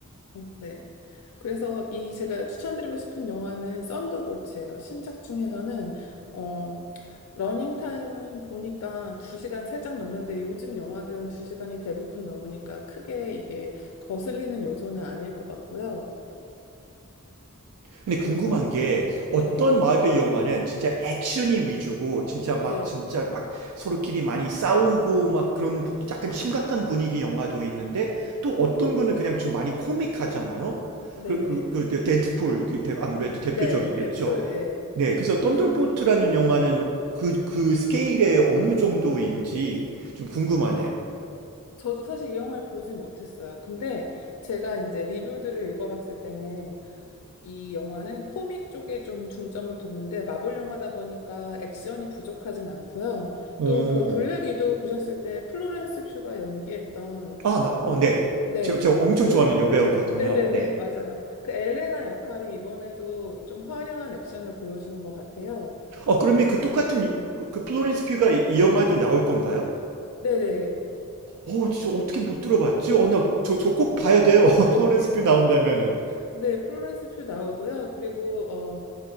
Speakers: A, on the left (about 80°); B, on the right (about 75°).
A: <laughs> 네. 그래서 이 제가 추천드리고 싶은 영화는 썬더볼츠예요. 신작 중에서는 어, 러닝 타임은 보니까 2시간 살짝 넘는데 요즘 영화들은 2시간이 대부분 넘으니까 크게 이게 거슬리는 요소는 아닐 것 같고요.
B: 근데
A: 그래서
B: 궁금한 게
A: 네,
B: 어떤 마법의 영화는 진짜 액션이 위주고 진짜 막
A: 네,
B: 진짜 막 서로끼리 많이 싸우고 막 그런 약간 심각한 분위기 영화도 있는데 또 어떤 거는 그냥 좀 많이 코믹하잖아요.
A: 음, 네,
B: 그,
A: 네,
B: 그, 그, 데- 데드풀, 그 대- 아무래도 대표적이겠죠.
A: 네, 대풀, 예,
B: 네, 그래서 썬더볼트라는
A: 요,
B: 영화는 그, 그 스케일의 어느 정도인지 좀 궁금하네요.
A: 저도 사실 이 영화를 보진 못했어요. 근데 제가 이제 리뷰들을 읽어봤을 때는 이 영화는 코믹 쪽에 좀 중점을 뒀는데 마블 영화다 보니까 액션이 부족하진 않고요.
B: 오,
A: 또 그 블랙 위도우 보셨을 때 플로렌스 퓨가 연기했던
B: 아, 맞,
A: 그,
B: 어, 네.
A: 네,
B: 제가, 제가 엄청
A: 그,
B: 좋아하는 여배우거든요.
A: 네네네,
B: 네.
A: <laughs> 맞아요. 그 엘레나 역할이 이번에도 좀 화려한 액션을 보여주는 것 같아요.
B: 어, 그러면 그 똑같은 이- 그, 그 플로렌스 피가 이, 이 영화도 나올 건가요?
A: 네네.
B: 어, 진짜 어떻게 못 들어봤지? 어, 나 저, 저 꼭 봐야 돼요. <laughs> 플로렌스 피 나온다면은.
A: 네, 플로렌스 퓨 나오고요. 그리고, 어,